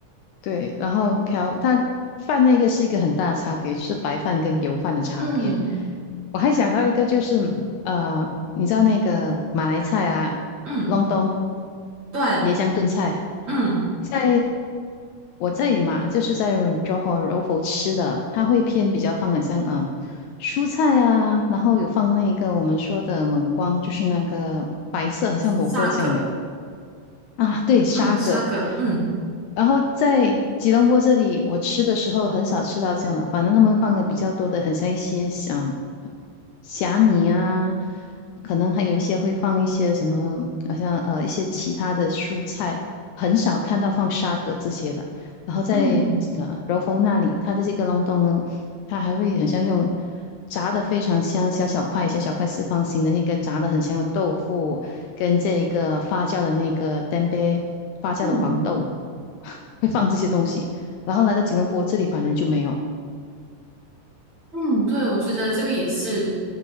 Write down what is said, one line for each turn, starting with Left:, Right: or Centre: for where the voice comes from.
Left: 对，然后瓢它饭那个是一个很大的差别，就是白饭跟油饭的差别。
Right: 嗯
Left: 我还想到一个，就是呃，你知道那个马来菜啊，
Right: 嗯，
Left: 隆冬
Right: 对，
Left: 椰浆炖菜，
Right: 嗯，
Left: 在我在马就是在 Johor r o 吃的，它会偏比较放很像嗯、呃蔬菜啊，然后有放那个我们说的蒙光，就是那个白色很像萝卜酱的。
Right: 沙葛，
Left: 啊，对，沙葛。
Right: 嗯沙葛，嗯
Left: 然后在吉隆坡这里，我吃的时候很少吃到这样的，反正他们放的比较多的，很像一些像虾米啊，可能还有一些会放一些什么，好像呃一些其他的蔬菜，很少看到放沙葛这些的。然后在呃柔佛那里，
Right: 嗯
Left: 它的这个隆冬呢，它还会很像用炸的非常香，小小块小小块四方形的那个炸的很香的豆腐。跟这个发酵的那个 t e m p e 发酵的黄豆，
Right: 嗯。
Left: <laughs> 会放这些东西。然后来到吉隆坡这里，反而就没有。
Right: 嗯，对，我觉得这个也是